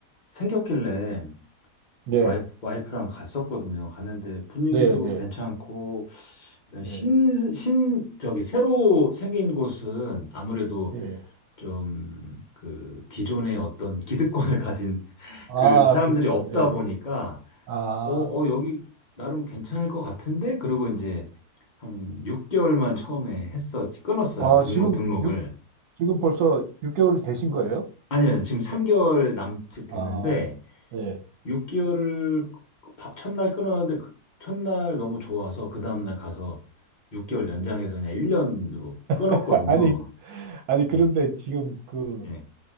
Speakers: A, on the left; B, on the right.
A: 생겼길래
B: 네,
A: 와이프, 와이프랑 갔었거든요. 갔는데 분위기도
B: 네, 네,
A: 괜찮고 그다음에
B: 네,
A: 신, 신 저기 새로 생긴 곳은 아무래도
B: 예.
A: 좀 그 기존의 어떤 기득권을 <laughs> 가진
B: 아,
A: 그 사람들이
B: 그렇죠.
A: 없다
B: 예.
A: 보니까
B: 아,
A: 어, 어 여기 나름 괜찮을 것 같은데 그리고 이제 한 6개월만 처음에 했어 끊었어요.
B: 아,
A: 등록
B: 지금
A: 등록을.
B: 육 지금 벌써 6개월 되신 거예요?
A: 아니요, 지금 3개월 남짓 됐는데,
B: 아, 예,
A: 6개월을 밥 첫날 끊었는데, 그 첫날 너무 좋아서, 그 다음날 가서 6개월
B: 예.
A: 연장해서 그냥 1년으로 끊었거든요.
B: <laughs> 아, 아니, 아니, 그런데
A: 예,
B: 지금 그,
A: 예,